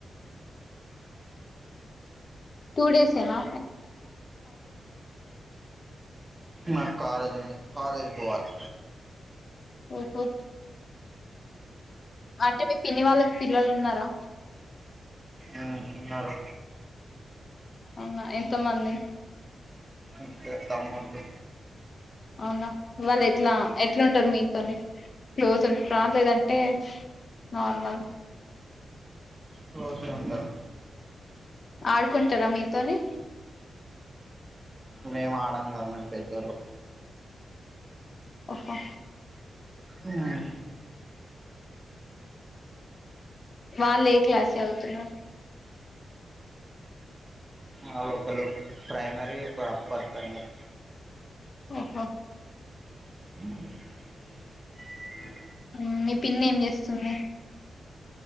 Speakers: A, on the left; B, on the right.
A: టూ డేసేనా.
B: నాకు కాలేజ్ ఉంది కాలేజి బోవాలే.
A: ఓహో. అంటే మీ పిన్ని వాళ్లక్ పిల్లలు ఉన్నారా.
B: అ ఉన్నారు.
A: అవునా ఎంతమంది.
B: ఇద్దరు తమ్ముల్లు.
A: అవునా వాళ్లు ఎట్లా ఎట్లుంటారు మీతోని క్లోజ్ ఉంటా లేదంటే. నార్మల్.
B: క్లోజే ఉంటారు.
A: ఆడుకుంటారా మీతోని.
B: మేము ఆడం గదా మేము పెద్దోళ్ళం.
A: ఓహో.
B: ఉమ్.
A: వాళ్లు ఏ క్లాస్ చదువుతున్నారు.
B: వాళ్లు ఒకరు ప్రైమరీ ఒకరు అప్పర్ ప్రైమరీ
A: ఓహో
B: ఫోన్ రింగ్ సౌండ్
A: ఉ మీ పిన్ని ఏం చేస్తుంది